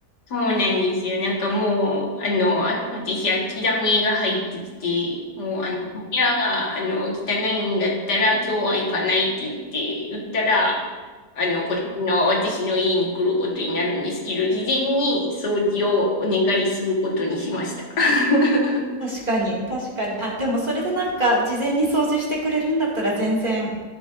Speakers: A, on the left; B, on the right.
A: そうなんですよ。なんかもう、あの、あ私、諦めが入ってきて、もう、あの、いや、あの、汚いんだったら、今日は行かないって言って、言ったら、あの、こっちの、私の家に来ることになるんですけど、事前に掃除をお願いすることにしました。<laughs>
B: 確かに、確かに。あ、でもそれでなんか事前に掃除してくれるんだったら全然